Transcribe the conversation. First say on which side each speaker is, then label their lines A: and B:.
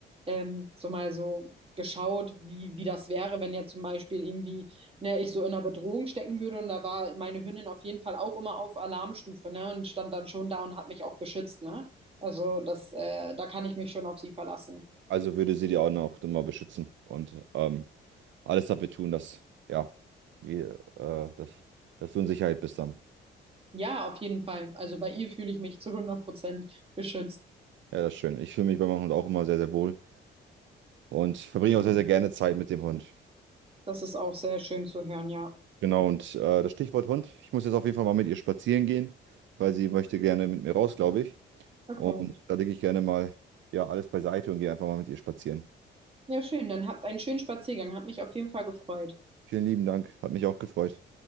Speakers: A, on the right; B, on the right.
A: ähm, so mal so geschaut, wie, wie das wäre, wenn jetzt zum Beispiel irgendwie, ne, ich so in einer Bedrohung stecken würde und da war meine Hündin auf jeden Fall auch immer auf Alarmstufe, ne, und stand dann schon da und hat mich auch beschützt, ne? Also das, äh, da kann ich mich schon auf sie verlassen.
B: Also würde sie dir auch noch immer beschützen und ähm, alles dafür tun, dass, ja, wir, äh, dass, dass du in Sicherheit bist dann.
A: Ja, auf jeden Fall. Also bei ihr fühle ich mich zu hundert Prozent beschützt.
B: Ja, das ist schön. Ich fühle mich bei meinem Hund auch immer sehr, sehr wohl und verbringe auch sehr, sehr gerne Zeit mit dem Hund.
A: Das ist auch sehr schön zu hören, ja.
B: Genau, und äh, das Stichwort Hund. Ich muss jetzt auf jeden Fall mal mit ihr spazieren gehen, weil sie möchte gerne mit mir raus, glaube ich.
A: Okay.
B: Und da lege ich gerne mal ja, alles beiseite und gehe einfach mal mit ihr spazieren.
A: Ja, schön. Dann habt einen schönen Spaziergang. Hat mich auf jeden Fall gefreut.
B: Vielen lieben Dank, hat mich auch gefreut.